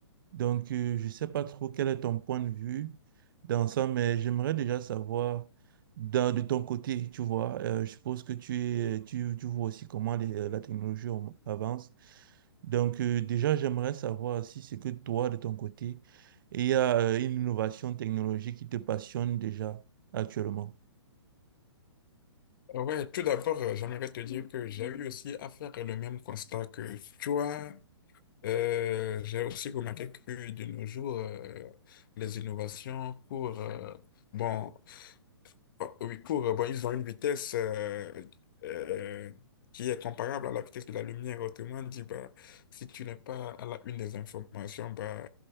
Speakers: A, on the right; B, on the left.
A: Donc, euh, je ne sais pas trop quel est ton point de vue dans ça, mais j'aimerais déjà savoir dans- de ton côté, tu vois, euh, je suppose que tu, es- tu, tu vois aussi comment les- euh, la technologie om- avance. Donc, euh, déjà, j'aimerais savoir si c'est que toi, de ton côté, il y a euh, une innovation technologique qui te passionne déjà actuellement.
B: Ouais, tout d'abord, euh, j'aimerais te dire que j'ai eu aussi à faire le même constat que toi. Euh, j'ai aussi remarqué que de nos jours, euh, les innovations courent, euh, bon, euh, oui, courent, bon, ils ont une vitesse euh, euh, qui est comparable à la vitesse de la lumière. Autrement dit, bah, si tu n'es pas à la une des informations, bah,